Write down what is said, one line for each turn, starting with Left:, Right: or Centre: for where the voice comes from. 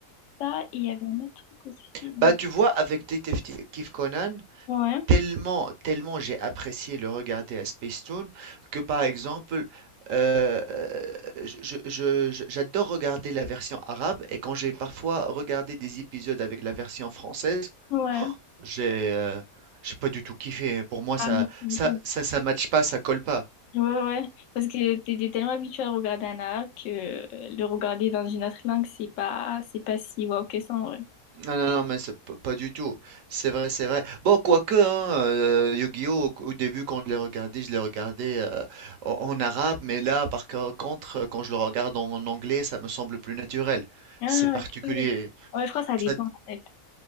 Left: Ça, et il y avait un autre truc aussi.
Right: Bah, tu vois, avec Détective Conan,
Left: Ouais.
Right: tellement, tellement j'ai apprécié le regarder à Spacetoon que, par exemple, euh, euh, je, je- je- je- j'adore regarder la version arabe et quand j'ai parfois regardé des épisodes avec la version française,
Left: Ouais.
Right: oh, j'ai euh, j'ai pas du tout kiffé. Pour moi, ça,
Left: Ah oui, tu m'étonnes.
Right: ça, ça, ça matche pas, ça colle pas.
Left: Ouais, ouais, ouais. parce que t'étais tellement habitué à regarder un arabe que euh, le regarder dans une autre langue, c'est pas, c'est pas si wow que ça, en vrai.
Right: Non, non, non, mais c'est p- pas du tout. C'est vrai, c'est vrai. Bon, quoique, hein, euh, Yu-Gi-Oh! au au début, quand je l'ai regardé, je l'ai regardé euh, en, en arabe, mais là, par co- contre, quand je le regarde en anglais, ça me semble plus naturel.
Left: Ah,
Right: C'est particulier.
Left: ok. Ouais, je crois que ça
Right: Ça-
Left: dépend, en fait.